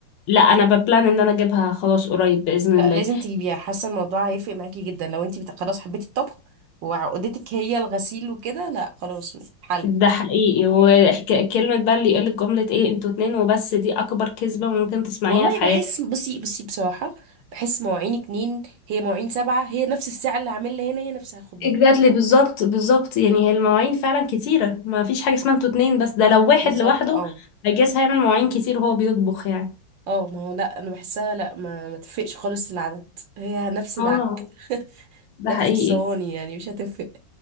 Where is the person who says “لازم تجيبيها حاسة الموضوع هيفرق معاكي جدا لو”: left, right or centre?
Right